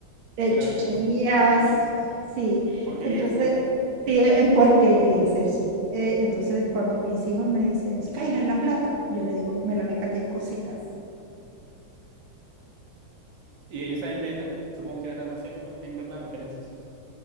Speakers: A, on the right; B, on the right.
A: eh,
B: Me la
A: chucherías,
B: gasté en cos- chucherías.
A: sí.
B: Porquerías,
A: Entonces,
B: pues.
A: sí, en porquerías eso. Eh, entonces, cuando mis hijos me dicen, Skyler, la plata, yo le digo, me la mecateé en cositas.
B: Y ellos saben, ven, supongo que ven las más series, ¿no? Tienen las más referencias.